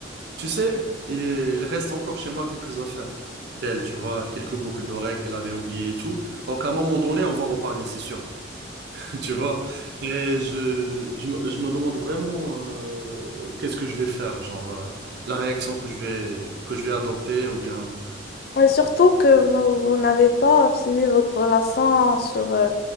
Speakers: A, on the right; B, on the left.
A: tu sais, il reste encore chez moi quelques affaires d'elle, tu vois, quelques boucles d'oreilles qu'elle avait oubliées et tout. Donc à un moment donné, on va reparler, c'est sûr, <laughs> tu vois. Et je, je, me je me demande vraiment euh, qu'est-ce que je vais faire, genre euh, la réaction que je vais, que je vais adopter ou bien
B: Et surtout que vous, vous n'avez pas fini votre relation sur, euh,